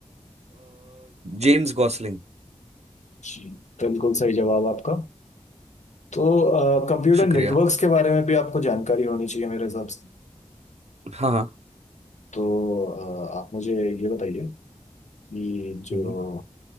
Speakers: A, on the right; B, on the left.
A: James Gosling
B: जी बिल्कुल सही जवाब आपका तो कंप्यूटर
A: शुक्रिया
B: नेटवर्क्स के बारे में भी आपको जानकारी होनी चाहिए मेरे हिसाब से
A: हाँ हाँ
B: तो अ, आप मुझे ये बताइए कि जो
A: हम्म हम्म।